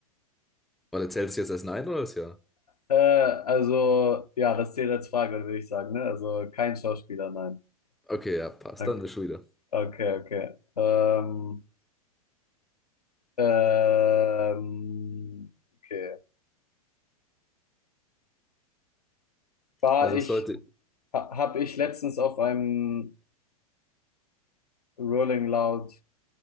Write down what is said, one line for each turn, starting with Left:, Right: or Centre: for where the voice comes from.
Centre: oder zählt es jetzt als Nein oder als Ja?
Left: Äh, also, ja, das zählt als Frage, würde ich sagen, ne? Also kein Schauspieler, nein.
Centre: Okay, ja, passt.
Left: Okay,
Centre: Dann bist schon wieder.
Left: okay. okay. Ähm, ähm, okay. war
Centre: Also
Left: ich,
Centre: es sollte
Left: ha, habe ich letztens auf einem Rolling Loud,